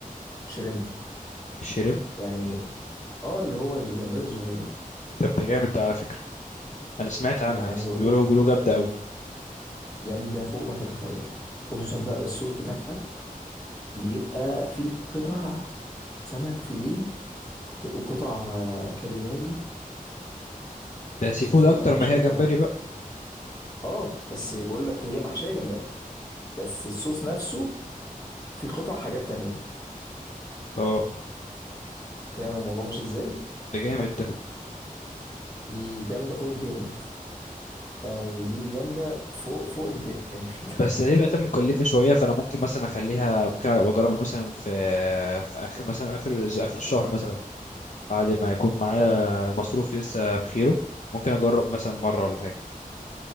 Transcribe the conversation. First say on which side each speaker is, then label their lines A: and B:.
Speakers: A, on the left; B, on the left.
A: شريمب
B: شرم
A: يعني اه اللي هو الجمبري الصغير
B: طب ده جامد ده على فكره انا سمعت عنها
A: يعني عايز
B: س-
A: اقول
B: بيقولوا
A: لك
B: بيقولوا جامده قوي
A: جامده فوق ما تتخيل خصوصا بقى الصوص بتاعها بيبقى فيه قطع سمك فيليه وت- وقطع آه، كاليماري
B: ده سي
A: الف-
B: فود اكتر
A: انا
B: ما
A: مش
B: هي
A: قادر
B: جمبري
A: أنا-
B: بقى
A: اه بس بقول لك هي محشيه جمبري بس الصوص نفسه فيه قطع حاجات تانية
B: اه
A: انت فاهم الموضوع ماشي ازاي
B: ده جامد ده
A: دي جامده فوق الجامد يعني دي جامدة فوق فوق الجامد
B: بس دي بقت مكلفة شوية فأنا ممكن مثلا أخليها ممكن أبقى أجربها مثلا في في آخر مثلا آخر الز- آخر الشهر مثلا بعد ما يكون معايا
A: <laughs> حلو
B: المصروف لسه بخيره ممكن أجرب مثلا مرة ولا حاجة